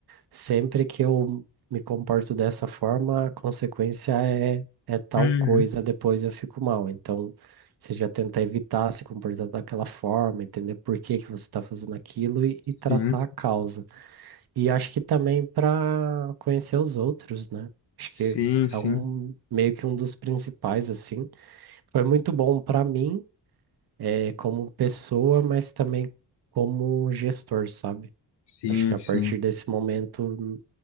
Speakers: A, on the right (about 60°); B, on the left (about 75°).
A: sempre que eu me comporto dessa forma, a consequência é, é tal
B: Uhum.
A: coisa, depois eu fico mal. Então, você já tenta evitar se comportar daquela forma, entender por que que você está fazendo aquilo e, e
B: Sim,
A: tratar a causa. E acho que também para conhecer os outros, né? Acho que
B: sim, sim.
A: é um meio que um dos principais, assim. Foi muito bom para mim, eh, como pessoa, mas também como gestor, sabe?
B: Sim,
A: Acho que a
B: sim,
A: partir desse momento,